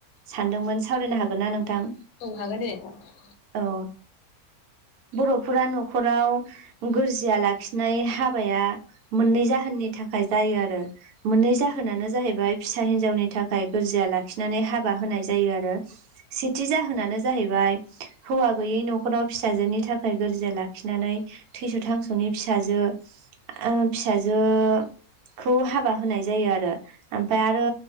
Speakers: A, on the right; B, on the left.
A: सानदोंमोन सावरायनो हागोनना नोंथां?
B: औ हागोन दे नोंथां।
A: औ बर'फोरा न'खराव। गोरजिया लाखिनाय हाबाया मोननै जाहोननि थाखाय जायो आरो। मोननै जाहोनानो जाहैबाय फिसा हिनजावनि थाखाय गोरजिया लाखिनानै हाबा होनाय जायो आरो। सेथि जाहोनानो जाहैबाय हौवा गोयि न'खराव फिसाजोनि था खाय गोरजा लाखिनानै थैस' थांस'नि फिसाजो। ओ फिसाजोखौ हाबा होनाय जायो आरो। ओमफ्राय आरो